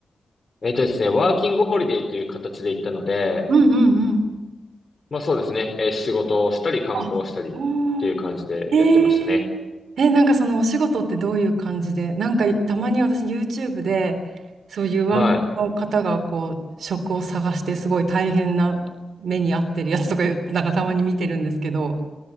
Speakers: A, on the left; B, on the right.
A: えっとですね、ワーキングホリデーという形で行ったので、
B: うんうんうん
A: まあそうですね、えー仕事をしたり観光をしたりっていう感じでやってましたね。
B: あ、おー。えええ、なんかそのお仕事ってどういう感じで、なんかたまに私 YouTube で、そういうワーホリの方がこう、
A: は
B: 職を探してすごい大変な目に遭ってるやつとかいう、なんかたまに見てるんですけど、